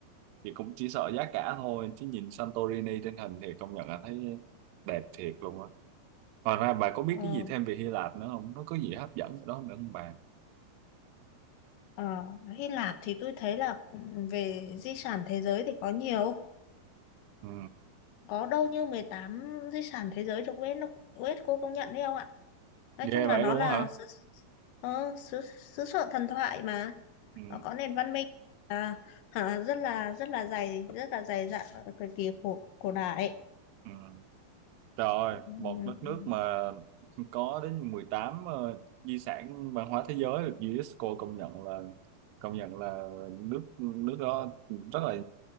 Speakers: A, on the right; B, on the left.
A: thì cũng chỉ sợ giá cả thôi. Chứ nhìn Santorini trên hình thì công nhận là thấy đẹp thiệt luôn á. Ngoài ra bà có biết
B: ờ,
A: cái gì thêm về Hy Lạp nữa không? Nó có gì hấp dẫn ở đó nữa không bà?
B: ờ, Hy Lạp thì tôi thấy là ừ, về di sản thế giới thì có nhiều
A: Ừ.
B: có đâu như 18 di sản thế giới được UNESCO UNESCO công nhận đấy không ạ? Nói
A: Ghê
B: chung
A: vậy
B: là nó
A: luôn
B: là
A: á hả?
B: xứ, ờ, xứ, xứ sở thần thoại mà
A: Ừ.
B: nó có nền văn minh à, hả, rất là rất là dày rất là dày dặn ở thời kỳ cổ cổ đại.
A: Ừ. Rồi,
B: Ừm,
A: một đất nước mà có đến 18 ờ, di sản văn hóa thế giới được UNESCO công nhận là công nhận là nước nước đó rất là